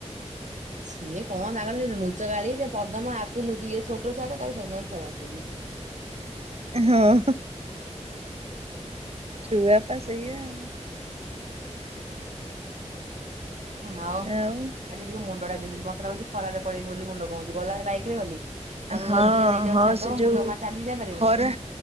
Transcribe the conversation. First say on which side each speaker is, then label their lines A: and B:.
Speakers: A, on the right (about 85°); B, on the right (about 60°).
A: ସିଏ କଣ ତାଙ୍କରେ ନୁଚ ଗାଳି ଯେ ପଦମ ଆକୁ ନୁଚ ଇଏ ଛୋଟ ଛୁଆଟା ତାକୁ ସେଇନାଗି ଖେଳାନ୍ତିନି।
B: ଏ ହଁ। ଛୁଆପା ସେଇଆ ଆଉ।
A: ହଉ
B: ଆଉ
A: ଆଜି ଟିକେ ମୁଣ୍ଡ ଟା ବିନ୍ଧୁଛି, ମତେ ଲାଗୁଛି ଖରାରେ ପଳେଇନି ବୋଲି ମୁଣ୍ଡ କ ହୋଉଚି, ଗଲାବେଳେ ବାଇକରେ ଗଲି। ଆଙ୍କୁ
B: ହଁ
A: କହିଲି ଟିକେ ନେଇଯାଅ
B: ହଁ
A: ଛାଡିଦବ
B: ସେ ଯୋଉ
A: ମୁଁ ଜମା ଚାଲିକି ଯାଇପାରିବିନି
B: ଖରା।